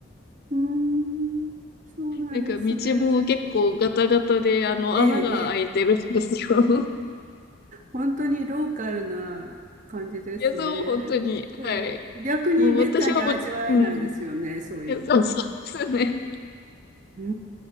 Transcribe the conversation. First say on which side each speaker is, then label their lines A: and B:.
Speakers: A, on the right; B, on the left.
A: うーん、そうなんですね。
B: なんか道も結構ガタガタで、あの、
A: ええ、
B: 穴が開いてるんですよ。
A: ええ。本当にローカルな感じですね。
B: <laughs> いや、そう、本当に。
A: ええ、
B: はい。
A: 逆にめったに味わえないですよね、
B: もう私はもう、うん。
A: そういうの。
B: いやそうそうですね。
A: うー